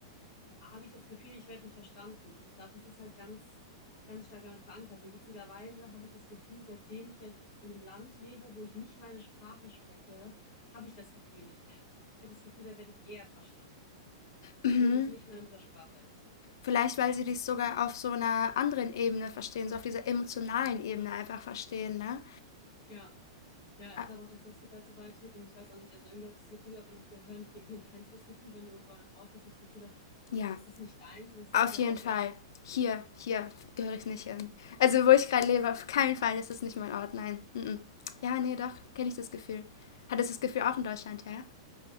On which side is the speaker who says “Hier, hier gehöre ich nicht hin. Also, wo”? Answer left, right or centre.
Left